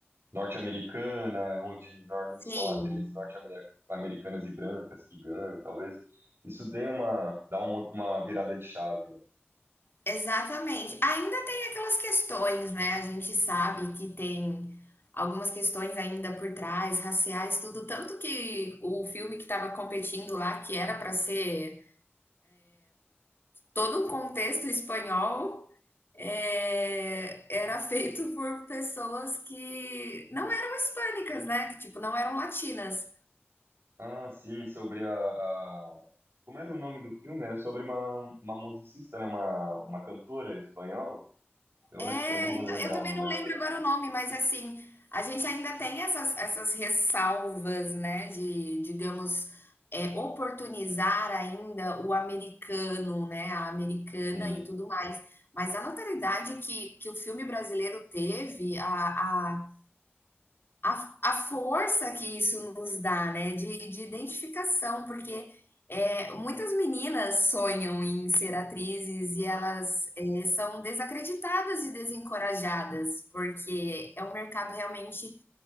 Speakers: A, on the right; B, on the left.
A: norte-americana, onde normalmente
B: sim,
A: são atrizes norte-americanas e brancas que ganham, talvez isso dê uma, dá uma, uma virada de chave, né?
B: exatamente. Ainda tem aquelas questões, né, a gente sabe que tem algumas questões ainda por trás, raciais, tudo, tanto que o filme que estava competindo lá, que era para ser todo um contexto espanhol, eh, era feito por pessoas que não eram hispânicas, né, que tipo, não eram latinas.
A: Ah, sim, sobre a, a- Como era o nome do filme? Era sobre uma, uma musicista, né? Uma, uma cantora espanhola. Eu
B: É,
A: acho que eu não vou
B: então,
A: lembrar
B: eu também
A: o nome
B: não lembro
A: agora.
B: agora o nome, mas assim, a gente ainda tem essas, essas ressalvas, né, de, digamos, é, oportunizar ainda o americano, né, a americana
A: Sim.
B: e tudo mais. Mas a notoriedade que, que o filme brasileiro teve, a, a a, a força que isso nos dá, né, de, de identificação, porque é, muitas meninas sonham em ser atrizes e elas é, são desacreditadas e desencorajadas, porque é um mercado realmente